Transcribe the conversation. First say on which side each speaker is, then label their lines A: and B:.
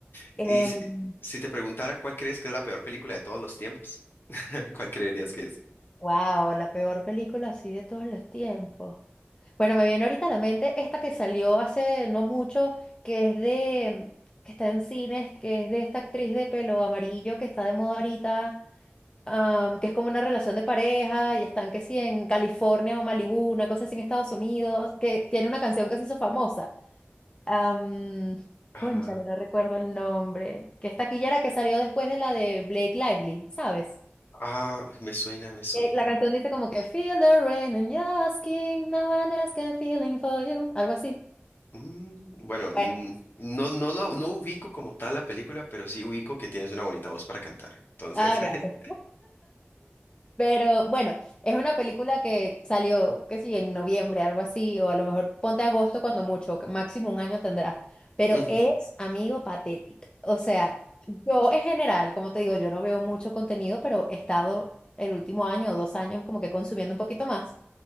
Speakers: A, on the left; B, on the left.
A: Y
B: Em,
A: si, si te preguntara cuál crees que es la peor película de todos los tiempos, <laughs> ¿cuál creerías que es?
B: Wow, la peor película así de todos los tiempos. Bueno, me viene ahorita a la mente esta que salió hace no mucho, que es de, que está en cines, que es de esta actriz de pelo amarillo que está de moda ahorita, am, que es como una relación de pareja y están que sí en California o Malibú, una cosa así en Estados Unidos, que tiene una canción que se hizo famosa. Um,
A: Ah,
B: cónchale, no recuerdo el nombre. Que es taquillera que salió después de la de Blake Lively, ¿sabes?
A: ah, me suena, me suena.
B: Eh, La canción dice como que Feel the rain and you're asking, no one else can feeling for you, algo así.
A: Mm, bueno, mm,
B: Bueno,
A: no, no, no, no ubico como tal la película, pero sí ubico que tienes una bonita voz para cantar. Entonces,
B: ah,
A: <laughs>
B: gracias. Pero bueno, es una película que salió, qué sé yo, en noviembre, algo así, o a lo mejor ponte agosto cuando mucho, que máximo un año tendrá. Pero
A: Ujú,
B: es, amigo, patética. O sea, yo en general, como te digo, yo no veo mucho contenido, pero he estado el último año o dos años como que consumiendo un poquito más.